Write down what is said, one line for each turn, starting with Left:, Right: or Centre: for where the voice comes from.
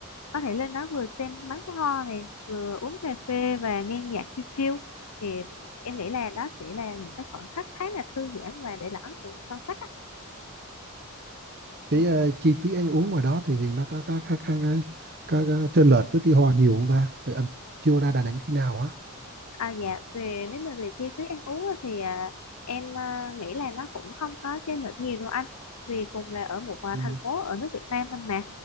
Left: có thể lên đó vừa xem bắn pháo hoa này vừa uống cà phê và nghe nhạc chill chill thì em nghĩ là đó sẽ là những cái khoảnh khắc khá là thư giãn và để lại ấn tượng sâu sắc á.
Right: cái
Left: Ừ,
Right: ờ, chi phí ăn uống ngoài đó thì thì nó có có có có, có, có, có chênh lệch với Tuy Hòa nhiều không ta? Thì anh chưa ra Đà Nẵng khi nào á?
Left: À, dạ về nếu mà về chi phí ăn uống á thì à, em à, nghĩ là nó cũng không có chênh lệch nhiều đâu anh vì cùng là ở một à,
Right: Ừ.
Left: thành phố ở nước Việt Nam anh mà